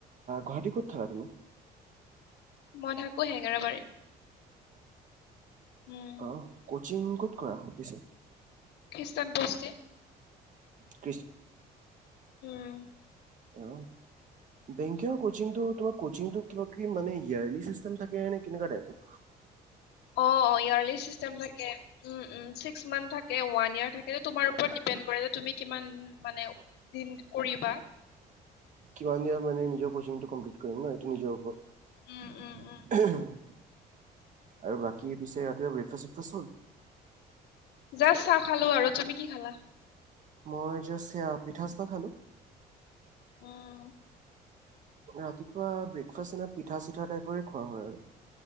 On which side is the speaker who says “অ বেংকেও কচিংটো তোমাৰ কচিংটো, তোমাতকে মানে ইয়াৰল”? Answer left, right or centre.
Right